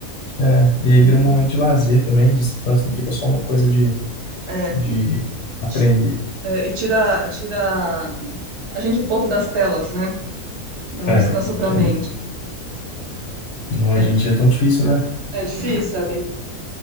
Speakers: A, on the left (about 65°); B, on the right (about 55°).
A: É, e aí
B: Uhum,
A: vira um momento de lazer também, descanso, não fica só uma coisa de,
B: é,
A: de aprender.
B: ti- é, e tira, tira hum, a gente um pouco das telas, né? Dá
A: É,
B: um descanso para
A: que
B: a mente.
A: é um- não, hoje
B: É,
A: em dia é tão difícil, né?
B: é difícil, é bem.